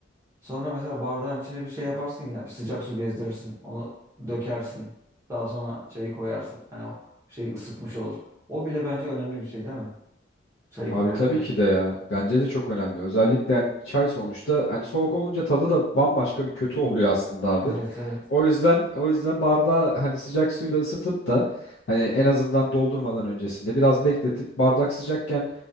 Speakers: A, on the right; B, on the left.
A: Sonra mesela bardağın içine bir şey yaparsın ya, bir sıcak su gezdirirsin, onu dökersin. Daha sonra çayı koyarsın. Hani o şeyi ısıtmış olur. O bile bence önemli bir şey değil mi? Çayı koyarken.
B: Abi tabii ki de ya. Bence de çok önemli. Özellikle yani çay sonuçta hani soğuk olunca tadı da bambaşka bir kötü oluyor aslında abi.
A: Evet evet.
B: O yüzden o yüzden bardağı hani sıcak suyla ısıtıp da hani en azından doldurmadan öncesinde biraz bekletip bardak sıcakken